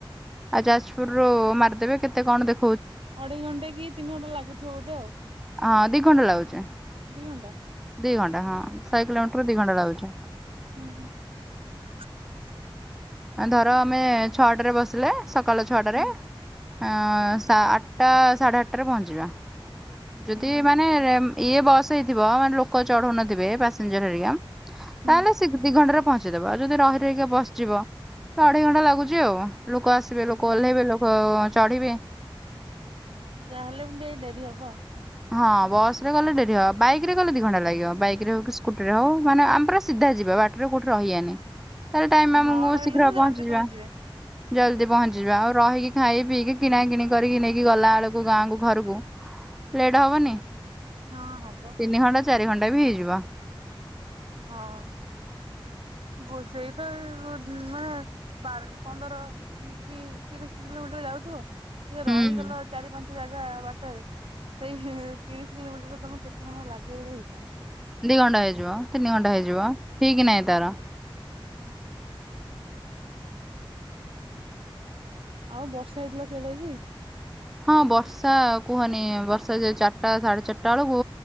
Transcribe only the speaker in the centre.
ଆଉ ଯାଜପୁରରୁୁ ମାରିଦେବେ କେତେ କଣ ଦେ
ହଁ ଦି ଘଣ୍ଟା ଲାଗୁଚି।
ଦି ଘଣ୍ଟା ହଁ ଶହେ କିଲୋମିଟର ଦି ଘଣ୍ଟା ଲାଗୁଚି।
ଧର ଆମେ ଛଅଟାରେ ବସିଲେ ସକାଳ ଛଅଟାରେ
ଅଁ ସ ଆଠ ଟା ସାଢ଼େ ଆଠଟାରେ ପହଞ୍ଚିବା ଯଦି
ମାନେ ଏମ୍ ଇଏ ବସ ହେଇଥିବ, ମାନେ ଲୋକ ଚଢଉ ନଥିବେ। ପାସେଞ୍ଜର ହେରିକା
ତାହେଲେ
ସେ ଦି ଘଣ୍ଟାର ପହଞ୍ଚେଇ ଦବ, ଆଉ ଯଦି ରହି ରହି କା ବସ୍ ଯିବ, ତ ଅଢେଇ ଘଣ୍ଟା ଲାଗୁଚି ଆଉ। ଲୋକ ଆସିବେ,
ଲୋକ ଓହ୍ଲେଇବେ, ଅଁ ଲୋକ ଚଢିବେ।
ହଁ ବସରେ ଗଲେ ଡେରି ହବ। ବାଇକ ରେ ଗଲେ ଦି ଘଣ୍ଟା ଲାଗିବ। ବାଇକରେ ହଉ କି ସ୍କୁଟିରେ ହଉ। ମାନେ ଆମେ ପୁରା ସିଧା ଯିବା ବାଟରେ କୋଉଠି ରହିଆନି। ତାହେଲେ ଟାଇମ
ଆମକୁ
ଶୀଘ୍ର
ପହଞ୍ଚି ଯିବା,
ଜଲ୍ଦି ପହଞ୍ଚି
ଯିବା ଆଉ ରହି ଖାଇ, ପିଇକି କିଣା କିିଣି କରିକି ନେଇକି ଗଲାବେଳକୁ ଗାଁକୁ ଘରକୁ ଲେଟେ ହବନି?
ତିନି ଘଣ୍ଟା ଚାରି ଘଣ୍ଟା ବି ହେଇଯିବ।
ହୁଁ
ହୁଁ
ଦି ଘଣ୍ଟା ହେଇଯିବ, ତିନି ଘଣ୍ଟା ହେଇଯିବ ଠିକ ନାହିଁ ତାର।
ହଁ, ବର୍ଷା କୁହନି ବର୍ଷା ଯେ ଚାରିଟା ସାଢେ ଚାରିଟା ବେଳକୁ।